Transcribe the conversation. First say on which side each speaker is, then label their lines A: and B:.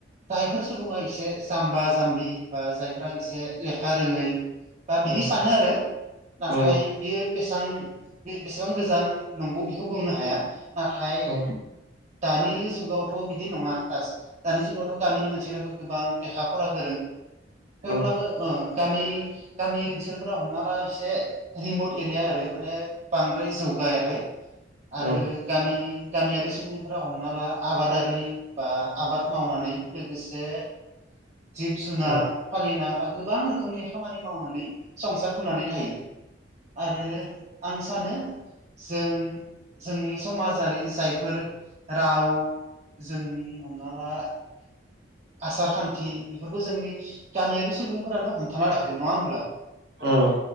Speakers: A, on the right (about 35°); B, on the right (about 55°).
A: जायफोर सुबुङा एसे जाम्बा जाम्बि बा जायफ्रा एसे लेखा रोङै बा बिदि
B: उम
A: सानो आरो नाथाय
B: उम
A: बियो बेसेबां बेसेबां गोजान नंगौ बेखौ बुंनो हाया। नाथाय
B: उम
A: दानि जुगाव थ' बिदि नङा दानि जुगावथ' गामिनि मानसिफ्राबो गोबां लेखा फरा गोरों थेवब्लाबो
B: उम
A: अ गामि गामि ओनसोलफोरा हमना ला एसे रिमट एरिया आरो माने बांद्राय जौगायाहाय आरो
B: उम
A: गामि गामियारि सुबुंफोरा हमना ला आबादारि बा आबाद मावनानै लोगोसे जिब जुनार
B: उम
A: फालिना बा गोबां रोखोमनि खामानि मावनानै संसार होनानै थायो। आरो आं सानो। जों जोंनि समाजारि जायफोर राव जोंनि हमना ला आसार खान्थि बेफोरखौ जोंनि गामियारि सुबुंफोरानो हमथाना लाखैदों नङा होमब्ला?
B: उम